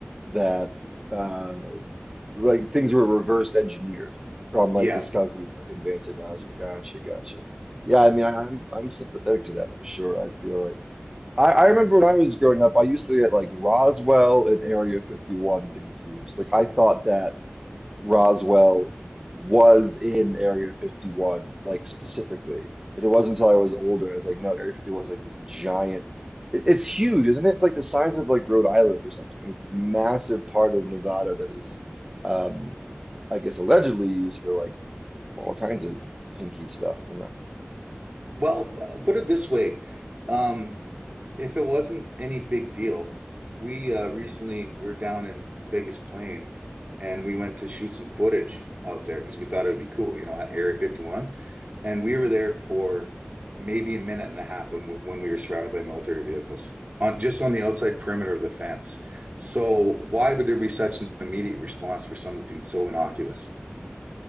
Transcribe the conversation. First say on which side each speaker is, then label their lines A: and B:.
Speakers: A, on the right; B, on the right.
A: that uh like things were reverse engineered from like
B: Yes,
A: discovering like advanced technology. Gotcha, gotcha. Yeah, I mean I, I'm I'm sympathetic to that for sure. I feel like I, I remember when I was growing up, I used to get like Roswell and Area 51 confused. Like I thought that Roswell was in Area 51, like specifically. But it wasn't until I was older, I was like, no, Area 51 is like this giant. It, it's huge, isn't it? It's like the size of like Rhode Island or something. It's this massive part of Nevada that is, um, I guess, allegedly used for like all kinds of hinky stuff, you know?
B: Well, uh, put it this way, um, if it wasn't any big deal, we uh, recently were down in Vegas Plain, and we went to shoot some footage out there because we thought it would be cool, you know, at Area 51. And we were there for maybe a minute and a half when when we were surrounded by military vehicles on just on the outside perimeter of the fence. So why would there be such an immediate response for something so innocuous?